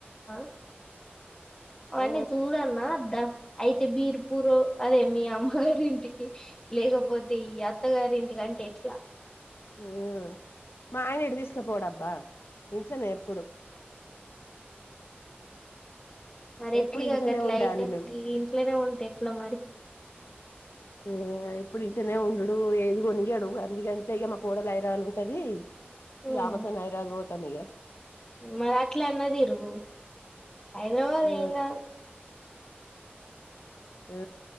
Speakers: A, on the left (about 20°); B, on the left (about 80°).
A: ఆ అవ్వని
B: ఆ
A: చూడన్నా ఒద్ద అయితే బీర్పూరో అదే మీ అమ్మగారింటికి లేకపోతే ఈ అత్తగారింటికి గంటే ఎట్లా
B: ఉమ్ మా ఆయన ఎటు తీస్కపోడబ్బా ఇంట్లనే ఎప్పుడు
A: మరి ఎట్లిగ
B: ఎప్పుడు ఇంట్లోనే
A: గట్లా
B: ఉండాలి
A: అయితే
B: మేము
A: ఈ ఇంట్లనే ఉంటే ఎట్లా మరి
B: ఆ ఇప్పుడు ఇంటనే ఉండుడు ఆది కొనియాడు అందుకే అంత్త ఇగ మా కోడల్ అయిరాన్ ఉంటది
A: ఉమ్
B: ఇగ ఆమెతోనే అయిరాన్ పోతం ఇగ
A: మరి అట్లాన్న తిరుగు హైదరాబాద్
B: ఆ
A: ఏం గాదు
B: ఆ